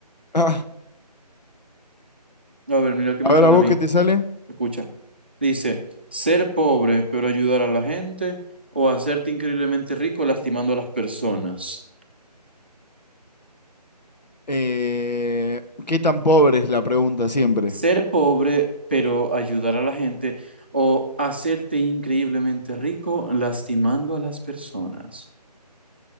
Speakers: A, on the left; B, on the right.
A: Ah,
B: A ver, mira el que
A: a
B: me
A: ver,
B: sale
A: ¿a vos
B: a mí.
A: qué te sale?
B: Escucha. Dice, ser pobre pero ayudar a la gente o hacerte increíblemente rico lastimando a las personas.
A: Eh, ¿Qué tan pobre es la pregunta siempre?
B: ser pobre, pero ayudar a la gente, o hacerte increíblemente rico lastimando a las personas.